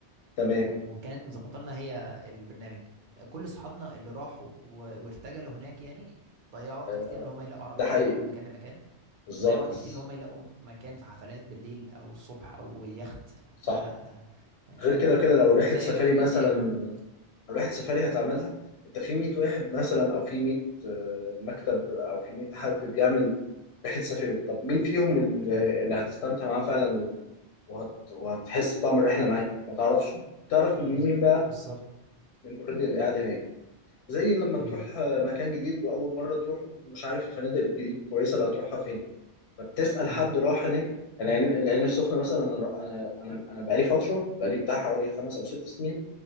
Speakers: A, on the left; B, on the right.
A: تمام
B: وكانت مظبطه لنا هي البرنامج كل اصحابنا اللي راحوا و- وارتجلوا هناك يعني ضيعوا وقت
A: آه،
B: كتير اللي هم يلاقوا عربيه
A: ده حقيقي
B: تنقلهم من مكان لمكان
A: بالظبط
B: ضيعوا وقت كتير اللي هم يلاقوا مكان في حفلات بالليل او الصبح او يخت
A: صح
B: فلا يعني
A: غير كده كده لو رحلة
B: بتلاقي
A: سفاري
B: وقت بيضيع
A: مثلا
B: منك
A: لو رحلة سفاري هتعملها انت في 100 واحد مثلا او في 100 آه، مكتب او في 100 حد بيعمل رحلة سفاري طب مين فيهم ال-
B: ايوه
A: اللي هتستمتع معاه فعلا وهت... وهتحس بطعم الرحلة معاه ما تعرفش تعرف من
B: بز...
A: مين بقى
B: بالظبط
A: من اوريدي اللي قاعد هناك زي لما
B: ايوه
A: تروح آه، مكان جديد واول مرة تروح مش عارف الفنادق الجديد كويسة اللي هتروحها فين فبتسأل
B: مم.
A: حد راح هناك يعني العين العين السخنة مثلا انا انا انا بقالي فترة بقالي بتاع حوالي خمس او ست سنين